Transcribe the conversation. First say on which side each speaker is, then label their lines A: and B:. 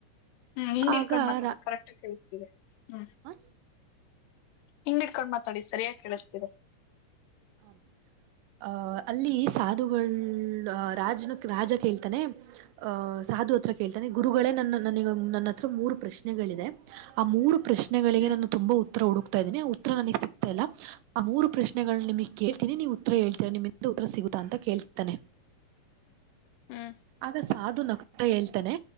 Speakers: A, on the left; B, on the right.
A: ಹ್ಮ್ ಹಂಗ್ ಇಡ್ಕೊಂಡ್
B: ಆಗ
A: ಮಾತಾಡ್
B: ರಾ
A: ಕರೆಕ್ಟ್ಗ ಕೇಳಿಸತಿದೆ ಹ್ಮ್
B: ಅಹ
A: ಹಿಂಗ ಇಡ್ಕೊಂಡು ಮಾತಾಡಿ ಸರಿಯಾಗಿ ಕೇಳಿಸ್ತಿದೆ
B: ಆಂ ಅ ಅಲ್ಲಿ ಸಾಧುಗಳ ರಾಜನ ರಾಜ ಕೇಳ್ತಾನೆ ಅಹ ಸಾಧು ಹತ್ರ ಕೇಳ್ತಾನೆ ಗುರುಗಳೇ ನನ್ನ ನನ ನನ್ನ ಹತ್ರ ಮೂರು ಪ್ರಶ್ನೆಗಳಿದೆ ಆ ಮೂರು ಪ್ರಶ್ನೆ ಪ್ರಶ್ನೆಗಳಿಗೆ
A: ಹ್ಮ್
B: ನಾನು ತುಂಬಾ ಉತ್ತರ ಹುಡುಕ್ತಾ ಇದ್ದೀನಿ ಉತ್ತರ ನನಗೆ ಸಿಗ್ತಾ ಇಲ್ಲ ಆ ಮೂರು ಪ್ರಶ್ನೆಗಳು ನಿಮಗೆ ಕೇಳ್ತೀನಿ ನೀವ್ ಉತ್ತರ ಹೇಳ್ತೀರ ನಿಮ್ಮಿಂದ ಉತ್ತರ ಸಿಗುತ್ತಾ ಅಂತ ಕೇಳ್ತಾನೆ
A: ಹ್ಮ್
B: ಆಗ ಸಾಧು ನಕ್ತಾ ಹೇಳ್ತಾನೆ